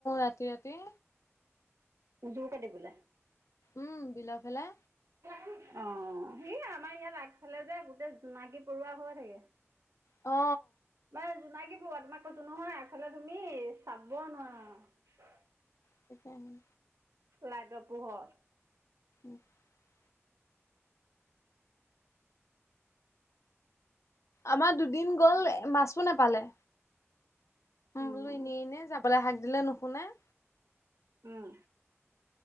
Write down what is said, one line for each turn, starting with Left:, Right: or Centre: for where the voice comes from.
Left: ৰাতি-ৰাতি।
Right: উ যোৰ কাটিবোলে। <unintelligible>
Left: উম বিলৰ ফালে।
Right: অ সি আমাৰ ইয়াত আগফালে যে গোটেই জোনাকী পৰুৱা হৈ থাকে।
Left: অ।
Right: মানে জোনাকী পৰুৱা তোমাক কৈছোঁ নহয় আগফালে তুমি চাবলৈ নোৱাৰা।
Left: সেইকাৰণে।
Right: লাইটৰ পোহৰ।
Left: <inaudible> আমাৰ দুদিন গ'ল মাছো নাপালে।
Right: উম,
Left: বোলো এনেই এনেই যাবলৈ হাক দিলে নুশুনে। <unintelligible>
Right: উম